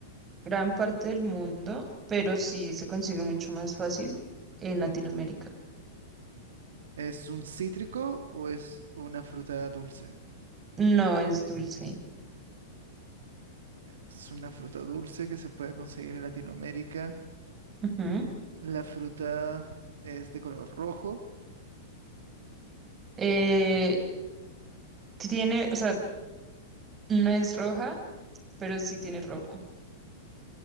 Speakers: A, on the right; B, on the right.
A: gran parte del mundo, pero sí se consigue mucho más fácil en Latinoamérica.
B: ¿Es un cítrico o es una fruta dulce?
A: No es dulce.
B: Es una fruta dulce que se puede conseguir en Latinoamérica.
A: Ujú.
B: La fruta es de color rojo,
A: Eh, tiene, o sea, no es roja, pero sí tiene rojo.